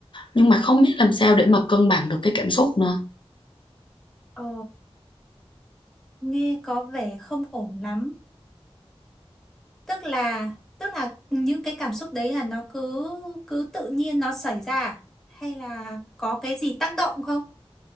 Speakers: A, on the left; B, in the centre.
A: nhưng mà không biết làm sao để mà cân bằng được cái cảm xúc nữa
B: Ờ, nghe có vẻ không ổn lắm. Tức là tức là những cái cảm xúc đấy là nó cứ cứ tự nhiên nó xảy ra à? hay là có cái gì tác động không?